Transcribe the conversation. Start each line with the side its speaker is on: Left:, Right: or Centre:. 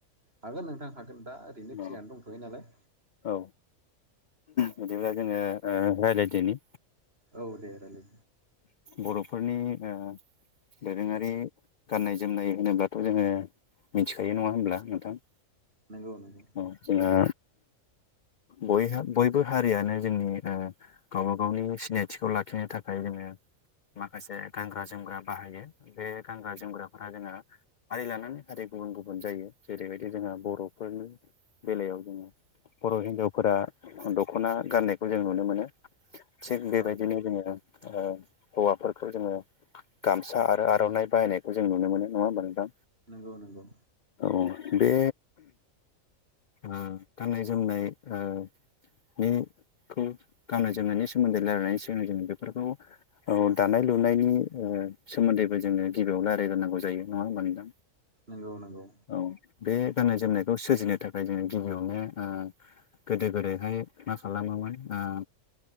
Right: हागोन नोंथां हागोन दा ओरैनो
Left: औ
Right: फ्रियानो दंथ'यो नालाय
Left: औ बिदिब्ला जोङो ओ रायलायदनि
Right: औ दे रायलाय
Left: बर'फोरनि ओ दोरोङारि गाननाय जोमनाय होनोब्लाथ' जोङो मिथिखायो नङा होनब्ला नोंथां?
Right: नंगौ नंगौ
Left: औ जोंङा बयहा बयबो हारियानो जोंनि ओ गावबा-गावनि सिनायथिखौ लाखिनो थाखाय माखासे गानग्रा-जोमग्रा बाहायो बे गानग्रा जोमग्राफोरा जोङो हारि लानानै हारि गुबुन-गुबुन जायगायाव जेरैबायदि जोंहा बर'फोरनि बेलायाव जोङो बर' हिनजाव फोरा दख'ना गाननायखौ जों नुनो मोनो थिग बेबायदिनो
Right: औ
Left: जोङो ओ हौवाफोरखौ जोङो गामसा आरो आर'नाइ बाहायनायखौ जों नुनो मोनो नङा होमबा नोंथा
Right: नंगौ नंगौ
Left: औ बे ओ गाननाय-जोमनाय ओ बेखौ गाननाय जोमनायनि सोमोन्दै रायलायनायनि सिगां जोङो बेफोरखौ औ दानाय लुनायनि ओ सोमोन्दैबो जोङो गिबियाव रायज्लायग्रोनांगौ जायो नङा होमबा नोंथां?
Right: नंगौ नंगौ
Left: औ बे गाननाय जोमनायखौ सोरजिनो थाखा ओमफ्रायदि गिबियावनो ओ गोदो गोदायहाय मा खालामोमोन ओ